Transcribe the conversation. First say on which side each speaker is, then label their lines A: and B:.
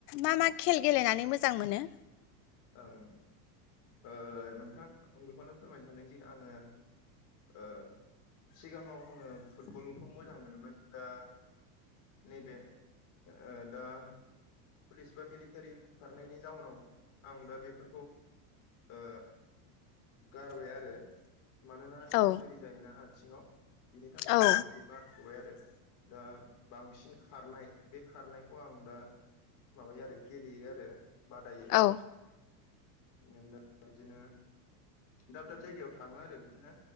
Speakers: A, on the left (about 70°); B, on the left (about 40°).
A: मा मा खेल गेलेनानै मोजां मोनो?
B: ओङ ओ नोंथां आं बेखौनो फोरमायनो सानदोंदि आङो ओ सिगाङाव आङो फुटबलखौ मोजां मोनोमोन दा नैबे ओ दा पुलिसफोर मिलिटारि खारनायनि जाउनाव आं दा बेफोरखौ ओ गारबाय आरो। मानोना
A: औ
B: इन्जुरि जायोना आथिङाव बिनि थाखायनो
A: औ
B: आं बेखौ गारथबाय आरो। दा बांसिन खारनाय बे खारनायखौ आं दा माबायो आरो गेलेयो आरो बादायो
A: औ
B: आं दा बिदिनो दाब दाब जायगायाव थाङो आरो बिदिनो